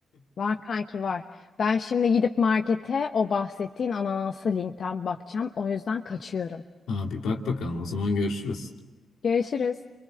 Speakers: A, on the left; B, on the left.
A: Var kanki var. Ben şimdi gidip markete o bahsettiğin ananaslı linkten bakacağım. O yüzden kaçıyorum.
B: <laughs> Abi bak bakalım o zaman görüşürüz.
A: Görüşürüz.